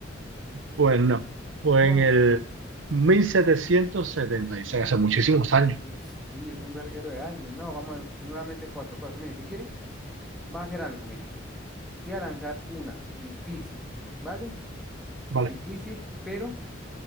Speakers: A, on the right; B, in the centre.
A: Pues no. Fue
B: No,
A: en el 1776, hace muchísimos años.
B: uf, sí, es un verguero de años. No, vamos a- nuevamente cuatro, cuatro. Mire, si quiere, va a hacer algo, mira. Te voy a lanzar una difícil, ¿vale?
A: Vale,
B: Difícil, pero